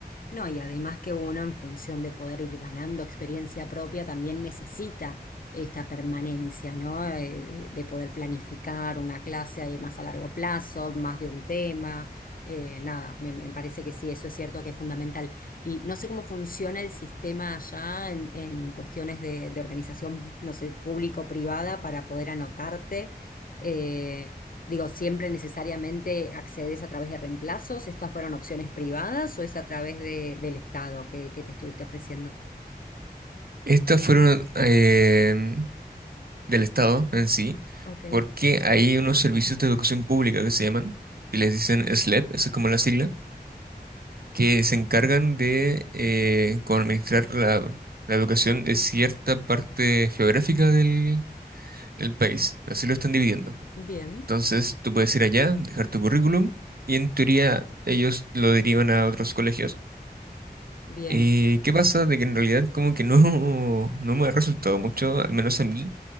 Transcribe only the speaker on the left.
No, y además que uno en función de poder ir ganando experiencia propia también necesita esta permanencia, ¿no? Eh, de poder planificar una clase ahí más a largo plazo, más de un tema. eh, nada, me, me parece que sí, eso es cierto que es fundamental. Y no sé cómo funciona el sistema allá en, en cuestiones de, de organización, no sé, público-privada para poder anotarte. Eh, Digo, ¿siempre necesariamente accedes a través de reemplazos? ¿Estas fueron opciones privadas o es a través de, del Estado que, que te estuviste ofreciendo?
Ok,
bien,
bien,